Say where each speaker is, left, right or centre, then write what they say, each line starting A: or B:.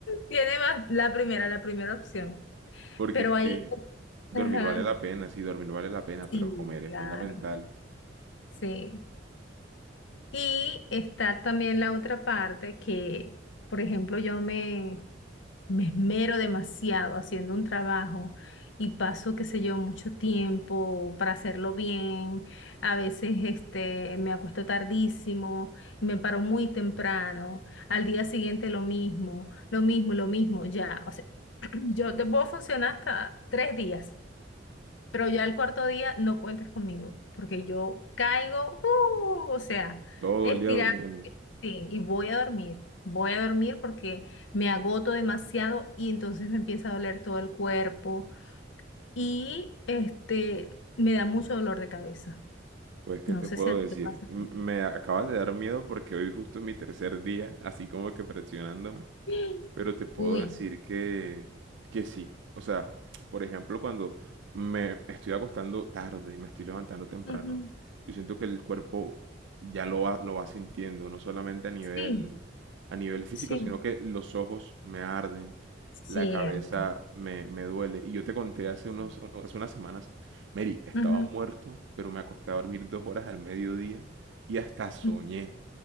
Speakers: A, on the left; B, on the right.
A: Tiene más la primera, la primera opción.
B: porque
A: Pero
B: es que
A: ahí,
B: dormir
A: ajá,
B: vale la pena, sí, dormir vale la pena, pero
A: sí,
B: comer es
A: claro,
B: fundamental.
A: sí. Y está también la otra parte que, por ejemplo, yo me me esmero demasiado haciendo un trabajo y paso, qué sé yo, mucho tiempo para hacerlo bien. A veces este, me acuesto tardísimo, me paro muy temprano, al día siguiente lo mismo, lo mismo, lo mismo, ya. O sea, <clears throat> yo te puedo funcionar hasta tres días pero ya el cuarto día no cuentes conmigo, porque yo caigo, uh, o sea,
B: Todo
A: estirar,
B: el día durmiendo.
A: sí, y voy a dormir. Voy a dormir porque me agoto demasiado y entonces me empieza a doler todo el cuerpo y este me da mucho dolor de cabeza.
B: Pues, ¿qué
A: No
B: te
A: sé
B: puedo
A: si a
B: decir?
A: ti te pasa.
B: M- Me acabas de dar miedo porque hoy justo es mi tercer día, así como que presionándome.
A: <gasps>
B: Pero te puedo
A: Uy.
B: decir que, que sí. O sea, por ejemplo, cuando me estoy acostando tarde y me estoy levantando temprano,
A: Ujú.
B: yo siento que el cuerpo ya lo va, lo va sintiendo, no solamente a nivel,
A: Sí,
B: a nivel físico,
A: sí,
B: sino que los ojos me arden,
A: cierto.
B: la cabeza me, me duele. Y yo te conté hace unos,
A: Sí.
B: hace unas semanas, Mary, estaba
A: Ujú.
B: muerto, pero me acosté a dormir dos horas al mediodía y hasta soñé,
A: <laughs>